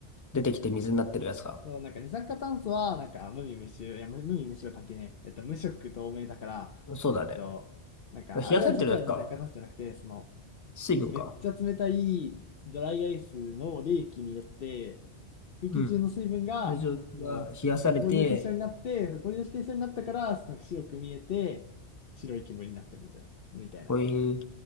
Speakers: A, on the left; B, on the left.
A: 出てきて水になってるやつか。
B: そう、なんか二酸化炭素は、なんか無味無臭、いや、無無味無臭は関係ねえ。えっと、無色透明だから、
A: そうだね。
B: えっと、なんか、
A: 冷やされてるだけか。
B: あれは実は二酸化炭素じゃなくて、その、
A: 水分か。
B: めっちゃ冷たいドライアイスの冷気によって、空気中の水分が、
A: うん。会場が冷やされて、
B: その、氷の結晶になって、その氷の結晶になったから、なんか白く見えて、白い煙になってるみたいな、みたいな
A: こういう、